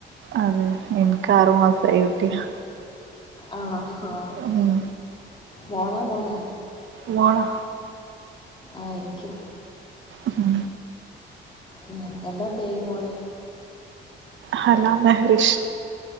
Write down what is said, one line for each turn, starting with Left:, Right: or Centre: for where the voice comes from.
Right: അതെ ഇൻക്ക് ആറ് മാസായ കുട്ടിയാ
Left: ആണേ ആ
Right: ഉം
Left: മോളോ മോനോ
Right: മോളാ
Left: ആ എനിക്ക്യൂ
Right: ഉം
Left: ഉം എന്താ പേര് മോളേ
Right: ഹലാ മഹറിഷ്